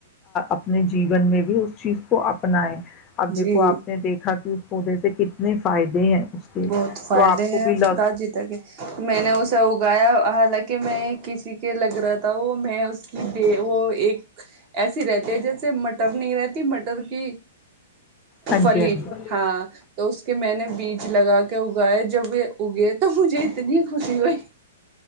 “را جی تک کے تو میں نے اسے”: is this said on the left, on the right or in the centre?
Right